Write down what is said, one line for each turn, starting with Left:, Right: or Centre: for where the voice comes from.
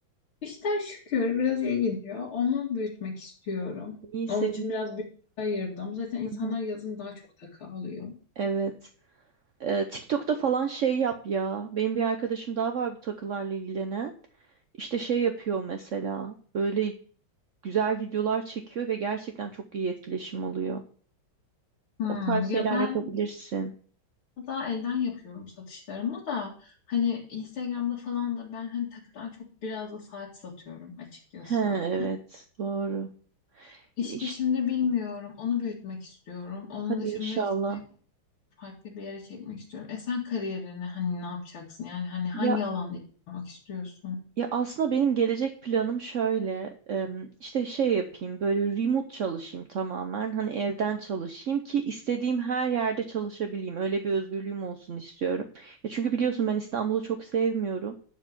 Left: İşler şükür biraz iyi gidiyor. Onu büyütmek istiyorum.
Right: İyi
Left: Onun
Right: sevdim.
Left: için biraz bütçe ayırdım. Zaten insanlar
Right: Hı hı.
Left: yazın daha çok takı alıyor.
Right: Evet. Ee, TikTok'ta falan şey yap ya. Benim bir arkadaşım daha var bu takılarla ilgilenen. İşte şey yapıyor mesela. Böyle güzel videolar çekiyor ve gerçekten çok iyi etkileşim oluyor.
Left: Hmm,
Right: O tarz şeyler
Left: ya ben
Right: yapabilirsin.
Left: daha elden yapıyorum satışlarımı da hani Instagram'da falan da ben hani takıdan çok biraz da saat satıyorum açıkçası
Right: He evet
Left: zaten.
Right: doğru.
Left: İşte
Right: İş,
Left: şimdi bilmiyorum. Onu büyütmek istiyorum. Onun
Right: hadi
Left: dışında
Right: inşallah.
Left: işte farklı bir yere çekmek istiyorum. E sen kariyerini hani ne yapacaksın? Yani hani hangi
Right: Ya
Left: alanda yapmak istiyorsun?
Right: Ya aslında benim gelecek planım şöyle, em, işte şey yapayım böyle remote çalışayım tamamen hani evden çalışayım ki istediğim her yerde çalışabileyim öyle bir özgürlüğüm olsun istiyorum. Ya çünkü biliyorsun ben İstanbul'u çok sevmiyorum.